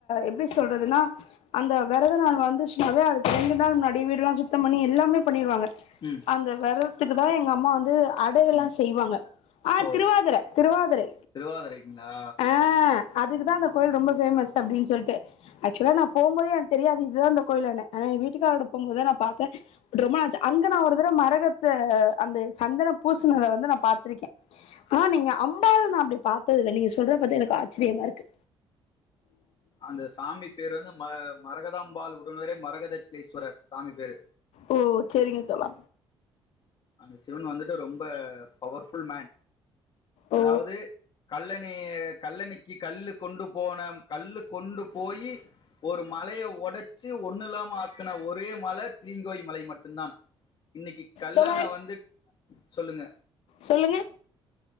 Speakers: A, on the left (about 85°); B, on the left (about 45°).
A: எப்டி சொல்றதுனா அந்த வெரத நாள் வந்துச்சுனாவே அதுக்கு ரெண்டு நாள் முன்னாடி வீடுலா சுத்தம் பண்ணி எல்லாமே பண்ணிருவாங்க
B: ம்
A: அந்த வெர தா எங்க அம்மா வந்து அடயெல்லா
B: ம்
A: செய்வாங்க ஆ
B: ஓ
A: திருவாதர திருவாதரை
B: திருவாதிரைக்குங்களா
A: ஆ அதுக்கு தா அந்த கோயில் ரொம்ப ஃபேமஸ் அப்டின்னு சொல்ட்டு ஆக்சுவலா நா போம்போது எனக்கு தெரியாது இது தா அந்த கோயிலுனு ஆ என் வீட்டுக்காரோட போம்போது தா நா பாத்தே ரொம்ப நாள் ஆச்சு அங்க நா ஒரு தடவ மரகத ஆ அந்த சந்தனோ பூசுனத வந்து நா பாத்துருக்கே ஆனா நீங்க அம்பாள் நா அப்டி பாத்தது இல்ல நீங்க சொல்றத பாத்தா எனக்கு ஆச்சிரியமா இருக்கு
B: அந்த சாமி பேரு வந்து ம மரகதாம்பாள் உடுனரே மரகதட்சிலீஸ்வரர் சாமி பேரு
A: ஓ செரிங்க தோழா
B: அந்த சிவன் வந்துட்டு ரொம்ப பவர்ஃபுல் மேன்
A: ஓ
B: அதாவது கல்லணய கல்லணைக்கு கல்லு கொண்டு போன கல்லு கொண்டு போயி ஒரு மலைய ஒடச்சு ஒண்ணு இல்லாம ஆக்குன ஒரே மல திரிங்கோய் மலை மட்டும் தான் இன்னைக்கு கல்ல
A: தோழா
B: நா வந்து சொல்லுங்க
A: சொல்லுங்க